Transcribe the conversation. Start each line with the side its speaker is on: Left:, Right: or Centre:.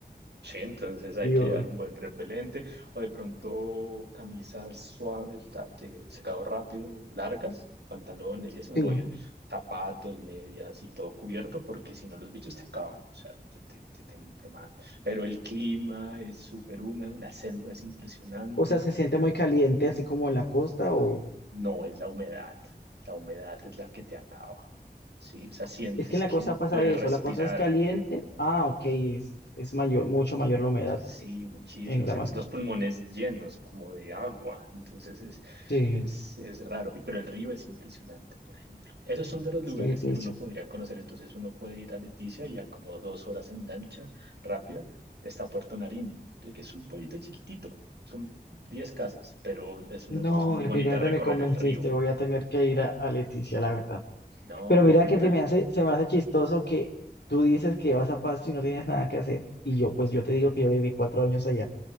Right: Sí, entonces hay
Left: Dios.
Right: que llevar un buen repelente o de pronto camisas suaves la- de secado rápido, largas, pantalones y eso, no
Left: Sí.
Right: ir zapatos, medias y todo cubierto porque si no los bichos te acaban, o sea, te, te, te, te, te mal. Pero el clima es súper húmedo, la selva es impresionante,
Left: O sea, se siente muy caliente, así como en la costa, o
Right: no es la humedad, la humedad es la que te acaba, ¿sí? O sea, sientes
Left: es que en la
Right: que
Left: costa
Right: no
Left: pasa
Right: puedes
Left: eso,
Right: respirar.
Left: la costa es caliente. Ah, ok, es, es mayor, mucho mayor la humedad
Right: Sí,
Left: en
Right: muchísimo.
Left: en el
Right: Sientes
Left: Amazonas.
Right: los pulmones llenos como de agua. Entonces es,
Left: Sí,
Right: es, es raro. Y, pero el río es impresionante, por ejemplo. Esos son de los lugares
Left: sí, sí,
Right: que
Left: sí.
Right: uno podría conocer. Entonces uno puede ir a Leticia y a como dos horas en lancha rápida está Puerto Nariño, que es un pueblito chiquitito. Son 10 casas, pero es una
Left: No,
Right: cosa muy
Left: definitivamente
Right: bonita recorrer
Left: me convenciste,
Right: el río.
Left: voy a tener que ir a, a Leticia, la verdad.
Right: No,
Left: Pero mira
Right: de una.
Left: que se me hace, se me hace chistoso que tú dices que vas a Pasto y no tienes nada que hacer. Y yo, pues yo te digo que yo viví cuatro años allá